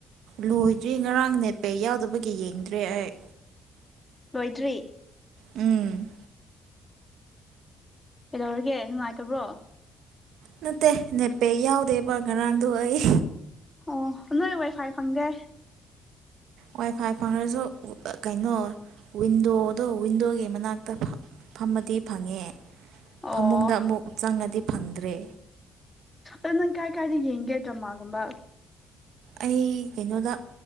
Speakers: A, on the right; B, on the left.
A: ꯂꯣꯏꯗ꯭ꯔꯤ ꯉꯔꯥꯡ ꯅꯦꯠꯄꯦꯛ ꯌꯥꯎꯗꯕꯒꯤ ꯌꯦꯡꯗ꯭ꯔꯦ ꯑꯩ
B: ꯂꯣꯏꯗ꯭ꯔꯤ
A: ꯎꯝ
B: ꯀꯩꯗꯧꯔꯒꯦ ꯅꯨꯡꯉꯥꯏꯇꯕ꯭ꯔꯣ
A: ꯅꯠꯇꯦ ꯅꯦꯠꯄꯦꯛ ꯌꯥꯎꯗꯦꯕ ꯉꯔꯥꯡꯗꯣ ꯑꯩ
B: ꯑꯣ ꯅꯣꯏ ꯋꯥꯏ ꯐꯥꯏ ꯐꯪꯗꯦ
A: ꯋꯥꯏ ꯐꯥꯏ ꯐꯪꯈ꯭ꯔꯁꯨ ꯀꯩꯅꯣ ꯋꯤꯟꯗꯣꯗꯣ ꯋꯤꯟꯗꯣꯒꯤ ꯃꯅꯥꯛꯇ ꯐꯝꯃꯗꯤ ꯐꯪꯉꯦ
B: ꯑꯣ
A: ꯐꯃꯨꯡꯗ ꯑꯃꯨꯛ ꯆꯪꯉꯗꯤ ꯐꯪꯗ꯭ꯔꯦ
B: ꯑ ꯅꯪ ꯀꯥꯏ ꯀꯥꯏꯗ ꯌꯦꯡꯒꯦ ꯗ꯭ꯔꯃꯥ ꯒꯨꯝꯕ
A: ꯑꯩ ꯀꯩꯅꯣꯗ